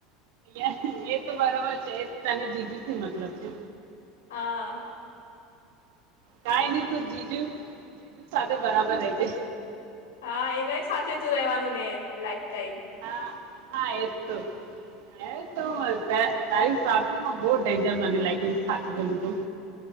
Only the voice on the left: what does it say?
હા
હા એનાય સાથે તું રેવાનું ને લાઈફ ટાઈમ